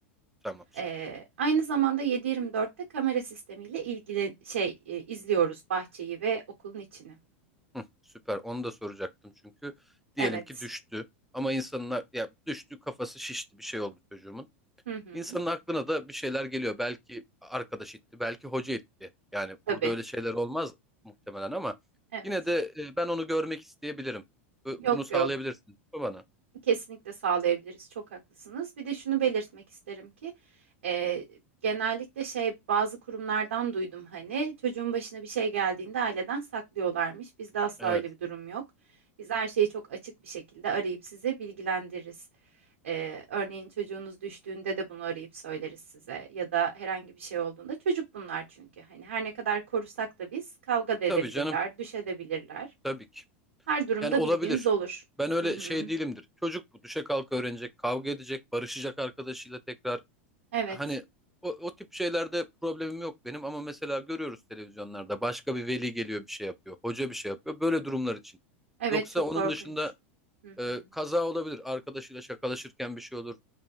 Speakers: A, in the centre; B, on the right (about 80°).
A: Tamam süper.
B: Ee, aynı zamanda 7/24'te kamera sistemiyle ilgili şey e, izliyoruz bahçeyi ve okulun içini.
A: Hı, süper. Onu da soracaktım çünkü diyelim
B: Evet.
A: ki düştü ama insanlar ya düştü kafası şişti bir şey oldu çocuğumun.
B: Hı hı.
A: İnsanın aklına da bir şeyler geliyor. Belki arkadaş etti, belki hoca etti. Yani
B: Tabii.
A: burada öyle şeyler olmaz muhtemelen ama
B: Evet.
A: yine de e, ben onu görmek isteyebilirim. Bu-
B: Yok
A: Bunu sağlayabilirsin
B: yok.
A: mi bana.
B: Kesinlikle sağlayabiliriz. Çok haklısınız. Bir de şunu belirtmek isterim ki e, genellikle şey bazı kurumlardan duydum hani çocuğun başına bir şey geldiğinde aileden saklıyorlarmış. Bizde asla
A: Evet.
B: öyle bir durum yok. Biz her şeyi çok açık bir şekilde arayıp sizi bilgilendiririz. E, örneğin çocuğunuz düştüğünde de bunu arayıp söyleriz size ya da herhangi bir şey olduğunda çocuk bunlar çünkü hani her ne kadar korusak da biz kavga da edebilirler,
A: Tabii canım,
B: düşebilirler.
A: tabii ki.
B: Her durumda
A: Yani olabilir.
B: bilginiz olur.
A: Ben öyle
B: Hı hı.
A: şey değilimdir. Çocuk bu. Düşe kalka öğrenecek, kavga edecek, barışacak arkadaşıyla tekrar.
B: Evet.
A: Hani o, o tip şeylerde problemim yok benim ama mesela görüyoruz televizyonlarda başka bir veli geliyor bir şey yapıyor, hoca bir şey yapıyor. Böyle durumlar için.
B: Evet
A: Yoksa
B: çok
A: onun
B: korkunç.
A: dışında
B: Hı hı.
A: Ee, kaza olabilir. Arkadaşıyla şakalaşırken bir şey olur.